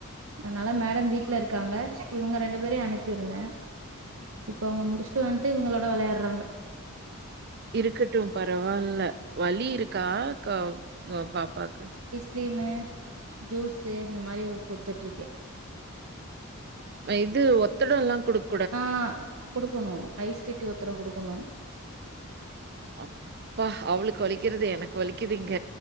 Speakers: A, on the right; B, on the right.
A: அதனால மேடம் வீட்டுல இருக்காங்க இவுங்க ரெண்டு பேரையு அனுப்பிருந்தே இப்ப அவுங்க முடிச்ட்டு வந்ட்டு இவுங்களோட வெளையாட்றாங்க
B: இருக்கட்டும் பரவால்ல வலி இருக்கா கா பாப்பாக்கு
A: க்ரீமு ஜூஸு இந்த மாரி ஒரு குட்த்துட்ருக்கே
B: ம இது ஒத்தடோலா குடுக்
A: ஆ குடுக்கணு ஐஸ் கட்டி ஒத்தடோ குடுக்குணு
B: அப்பா அவ்ளுக் வலிக்கற்து எனக்கு வலிக்கிது இங்க